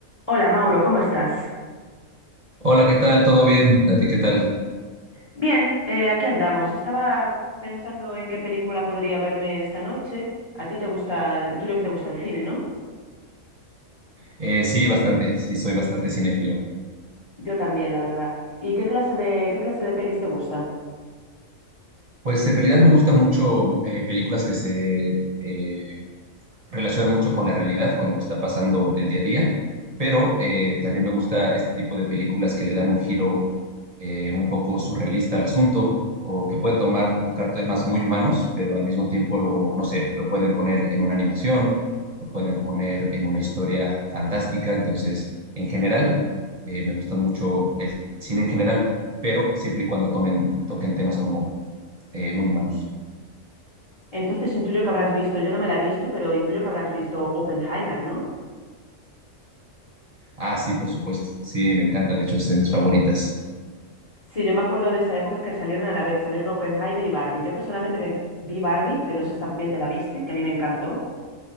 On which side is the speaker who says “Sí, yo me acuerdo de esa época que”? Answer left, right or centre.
Left